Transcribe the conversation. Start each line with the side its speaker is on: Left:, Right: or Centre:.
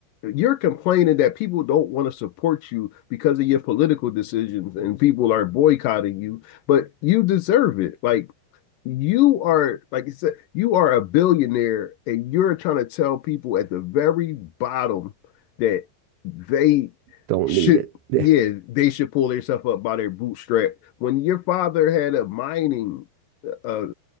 Left: You're complaining that people don't want to support you because of your political decisions and people are boycotting you, but you deserve it. Like you are like I said, you are a billionaire, and you're trying to tell people at the very bottom that they
Right: Don't
Left: should,
Right: need it. <laughs>
Left: yeah, they should pull themselves up by their bootstrap. When your father had a mining uh,